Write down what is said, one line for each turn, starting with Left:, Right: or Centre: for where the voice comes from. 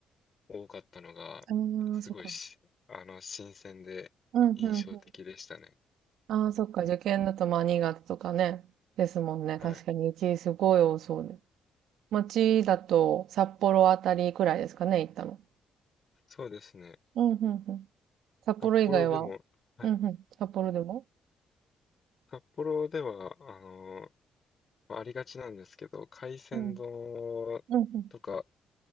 Left: 多かったのが、
Right: うんうん。
Left: すごいし、
Right: ああ、そっか。
Left: あの、新鮮で印象的でしたね。
Right: うんうんうん。ああ、そっか。受験だとまあ新潟とかね。ですもんね。
Left: はい。
Right: 確かに雪すごい多そうで。町だと札幌あたりくらいですかね、行ったの。
Left: そうですね。
Right: うん、うん、うん。札幌以外は、
Left: 札幌でも、はい
Right: うん、うん。札幌でも
Left: 札幌では、あのまありがちなんですけど、海鮮丼とか、
Right: うん、うん、